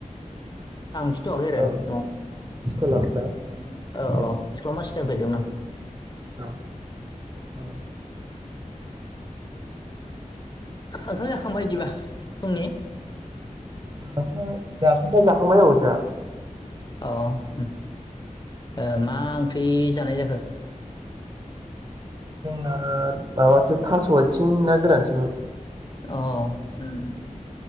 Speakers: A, on the left; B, on the right.
A: थांफिनथ'वाखै आरो
B: औ
A: न'आव।
B: <unintelligible>
A: औ औ
B: औ
A: <unintelligible>
B: औ औ।
A: ओंखाम जा खांबाय इदिबा फुंनि
B: जाखां जाखांबाय जाख <unintelligible>
A: औ उम ओ मा ओंख्रि जानाय जाखो?
B: जोंना माबासो थास' आथिं ना गोरानसोमोन।
A: औ उम